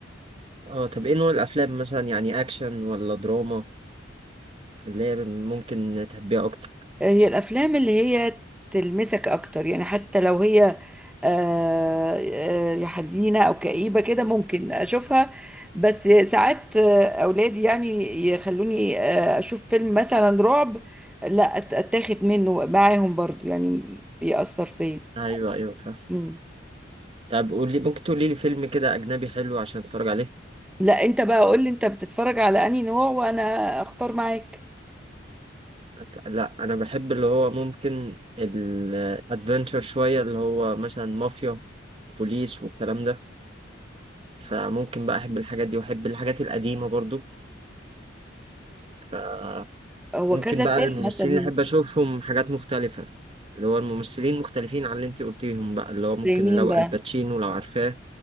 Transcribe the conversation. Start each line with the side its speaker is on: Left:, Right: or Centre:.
Right: اه طب إيه نوع الأفلام مثلا يعني أكشن ولا دراما اللي هي ممكن تحبيها أكتر
Centre: هي الافلام اللي هي تلمسك اكتر يعني حتى لو هي آه، آه، يا حزينه او كئيبه كده ممكن اشوفها بس ساعات آه، اولادي يعني يخلوني آه، اشوف فيلم مثلا رعب لا أت- اتاخد منه معاهم برضو يعني بيأثر فيا
Right: أيوه أيوه فاهم
Centre: مم.
Right: طب قولي ممكن تقولي لي فيلم كده أجنبي حلو عشان أتفرج عليه
Centre: لا انت بقى قول لي انت بتتفرج على انهي نوع وانا اختار معاك
Right: أت- لا أنا بحب اللي هو ممكن الأدفنتشر شوية اللي هو مثلا مافيا بوليس والكلام ده فممكن بقى أحب الحاجات دي وأحب الحاجات القديمة برضو فممكن
Centre: هو كذا
Right: بقى
Centre: فيلم
Right: الممثلين
Centre: مثلا
Right: اللي أحب أشوفهم حاجات مختلفة اللي هو الممثلين مختلفين عن اللي أنت قلتيهم بقى اللي هو ممكن
Centre: زي مين
Right: لو
Centre: بقى
Right: الباتشينو لو عارفاه